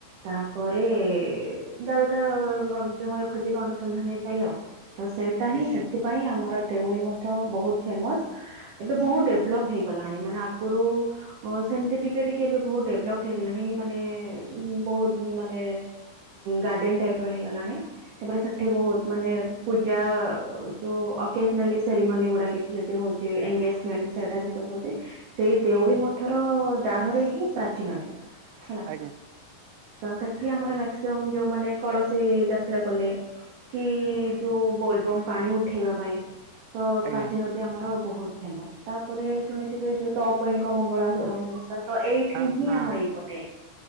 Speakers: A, on the right (about 65°); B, on the right (about 85°).
A: ତାପରେ ଦାରୁ ଯୋଉଳି ଖୋଜିବା ଅନୁସନ୍ଧାନ ଚାଲ ତ ସେଇଟା ହିଁ
B: ଆଜ୍ଞା
A: ସେ ପାଇଁ ଆମର ଦେଉଳି ମଧ୍ୟ ବହୁତ ଫେମସ୍ ଏବେ ବହୁତ ଡେଭଲପ୍ ହେଇଗଲାଣି ମାନେ ଆଗରୁ ସେମିତି ଟିକେ ଟିକେ ଏବେ ବହୁତ ଡେଭଲପ୍ ହେଇଗଲାଣି ମାନେ ବହୁତ ମାନେ ଗାର୍ଡ଼େନ୍ ଟାଇପ୍ର ହେଇଗଲାଣି। ତାପରେ ସେଠି ବହୁତ ମାନେ ପୂଜା ଯେଉ ଅକେଜନାଲି ସେରିମୋନି ଗୁଡାକ କିଛି ଯଦି ହଉଛି ଏଙ୍ଗେଜମେଣ୍ଟ ସେଇଟା ବି ସବୁ ହଉଛି। ସେଇ ଦେଉଳି ମଠର ଦାଢରେ ହିଁ ପ୍ରାଚୀନଦି ହେଲା।
B: ଆଜ୍ଞା
A: ତ ସେଠି ଆମର ମକ୍ସିମମ୍ ଯୋଉମାନେ କଳସୀ ଯାତ୍ରା କଲେ। କି ଯୋଉ ବୋଲବମ୍ ପାଣି ଉଠେଇବା ପାଇଁ ତ
B: ଆଜ୍ଞା
A: ପ୍ରାଚୀନ ଯ ଆମର ବହୁତ ଫେମସ୍ ତାପରେ ଶୁଣିଥିବେ ଯଉ ତପଇ ଙ୍କ ମଙ୍ଗଳା ତ ଏଇଠି
B: ହଁ
A: ହିଁ
B: ହଁ
A: ଆମ ଏଇପଟେ